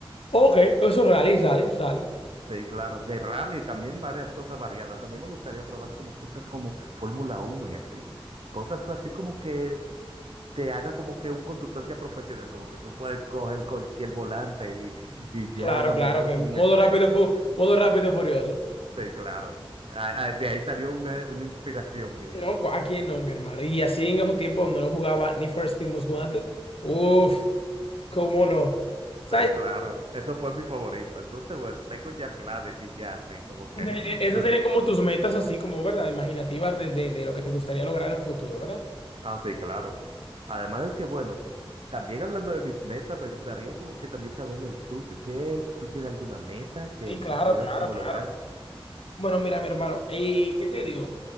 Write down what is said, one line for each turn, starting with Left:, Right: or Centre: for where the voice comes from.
Left: Ok, eso es rally, sale, sale.
Right: Sí, claro, de rally también varias cosas variadas. También me gustaría probar como cosas como Fórmula uno y así. Cosas co- así como que te haga como que un conductor ya profesional, como que tú puedes coger cualquier volante y, y ya
Left: Claro,
Right: manejarlo
Left: claro. pues,
Right: como
Left: Modo
Right: un experto.
Left: rápido, fu- modo rápido furioso.
Right: Sí, claro. Ah, ah, De ahí salió una, una inspiración mía.
Left: No, cu- aquí no, mi hermano. Y así en esos tiempos donde no jugaba ni for Speed Most Wanted. Uf, cómo no. ¿Sabes?
Right: Sí, claro, eso fue mi favorito. Entonces, bueno, tengo ya planes y ya, así como que.
Left: e-
Right: <laughs>
Left: Esas serían como tus metas así como, ¿verdad? Imaginativas de, de, de lo que te gustaría lograr en futuro, ¿verdad?
Right: Ah, sí, claro. Además de que, bueno, también hablando de mis metas, me gustaría como que también saber el tuyo. ¿Qué, tú tienes alguna meta que
Left: Sí, claro,
Right: quisieras
Left: claro,
Right: como
Left: claro.
Right: lograr?
Left: Bueno, mira, mi hermano, ¿y qué te digo?